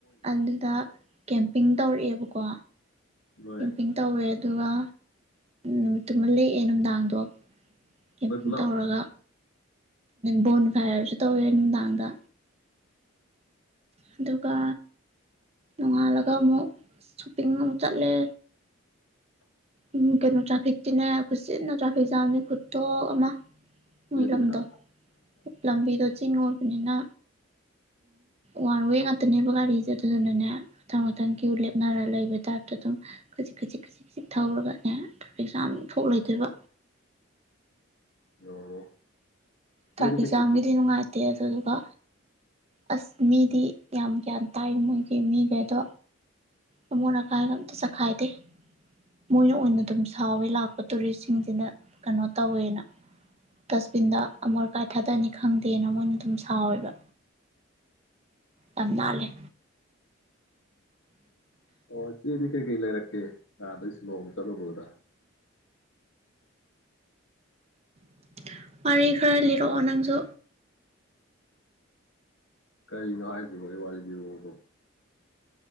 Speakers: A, on the right; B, on the left.
A: ꯑꯗꯨꯗ ꯀꯦꯝꯄꯤꯡ ꯇꯧꯔꯛꯑꯦꯕꯀꯣ
B: ꯅꯣꯏ
A: ꯀꯦꯝꯄꯤꯡ ꯇꯧꯔꯦ ꯑꯗꯨꯒ ꯅꯨꯃꯤꯠꯇꯨꯃ ꯂꯦꯛꯑꯦ ꯅꯨꯡꯗꯥꯡꯗꯣ ꯀꯦꯝꯄꯤꯡ
B: ꯅꯣꯏ ꯄꯨꯂꯞ
A: ꯇꯧꯔꯒ ꯕꯣꯟ ꯐ꯭ꯔꯥꯏꯔꯁꯨ ꯇꯧꯋꯦ ꯇꯥꯡꯗ ꯑꯗꯨꯒ ꯅꯣꯡꯉꯥꯜꯂꯒ ꯑꯃꯨꯛ ꯁꯣꯞꯄꯤꯡ ꯑꯃꯨꯛ ꯆꯠꯂꯦ ꯎꯝ ꯀꯩꯅꯣ ꯇ꯭ꯔꯥꯐꯤꯛꯀꯤꯅꯦ ꯈꯨꯨꯆꯤꯟ ꯑꯝ ꯆꯥ ꯖꯥꯝꯅ ꯈꯨꯇꯣꯛ ꯑꯃ ꯃꯣꯏ
B: ꯌꯦꯠꯇ꯭ꯔ
A: ꯂꯝꯗꯣ ꯂꯝꯕꯤꯗꯣ ꯆꯤꯡ ꯑꯣꯏꯕꯅꯤꯅ ꯋꯥꯟ ꯋꯦ ꯉꯥꯛꯇꯅꯦꯕ ꯒꯥꯔꯤꯁꯦ ꯑꯗꯨꯗꯨꯅꯅꯦ ꯈꯤꯇꯪ ꯀ꯭ꯌꯨ ꯂꯦꯞꯅꯔ ꯂꯩꯕ ꯇꯥꯏꯞꯇ ꯑꯗꯨꯝ ꯈꯖꯤꯛ ꯈꯖꯤꯛ ꯈꯖꯤ ꯈꯖꯤ ꯊꯧꯔꯒꯅꯦ ꯇ꯭ꯔꯥꯐꯤꯛ ꯖꯥꯝ ꯊꯣꯛ ꯂꯩꯗꯣꯏꯕ
B: ꯑꯣ ꯆꯦꯗꯤ
A: ꯇ꯭ꯔꯥꯐꯤꯛ
B: ꯀꯩꯀꯩ
A: ꯖꯥꯝꯒꯤꯗꯤ ꯅꯨꯡꯉꯥꯏꯇꯦ ꯑꯗꯨꯗꯨꯒ ꯑꯁ ꯃꯤꯗꯤ ꯌꯥꯝ ꯒ꯭ꯌꯥꯟ ꯇꯥꯏ ꯃꯣꯏꯒꯤ ꯃꯤꯈꯩꯗꯣ ꯑꯃꯣꯠ ꯑꯀꯥꯏꯒ ꯑꯝꯇ ꯆꯈꯥꯏꯗꯦ ꯃꯣꯏꯅ ꯑꯣꯏꯅ ꯑꯗꯨꯝ ꯁꯥꯎꯋꯦ ꯂꯥꯛꯄ ꯇꯨꯔꯤꯁꯁꯤꯡꯁꯤꯅ ꯀꯩꯅꯣ ꯇꯧꯋꯦꯅ ꯗꯁꯕꯤꯟꯗ ꯑꯃꯣꯠ ꯑꯀꯥꯏ ꯊꯗꯅꯤ ꯈꯪꯗꯦꯅ ꯃꯣꯏꯅ ꯑꯗꯨꯝ ꯁꯥꯎꯋꯦꯕ ꯌꯥꯝ ꯅꯥꯜꯂꯦ
B: ꯑꯣ ꯆꯦꯜꯂꯤ ꯀꯩ ꯀꯩ ꯂꯩꯔꯛꯀꯦ ꯑꯥꯗꯩ ꯁꯤꯂꯣꯡ ꯆꯠꯂꯨꯕꯗ
A: ꯑꯟꯑꯣꯗꯤꯕꯜ ꯋꯥꯔꯤ ꯈꯔ ꯂꯤꯔꯛꯑꯣ ꯅꯪꯁꯨ
B: ꯀꯔꯤꯅꯣ ꯍꯥꯏꯁꯤꯕꯣ ꯑꯩ ꯋꯥꯔꯤ ꯂꯤꯔꯛꯑꯣꯕꯣ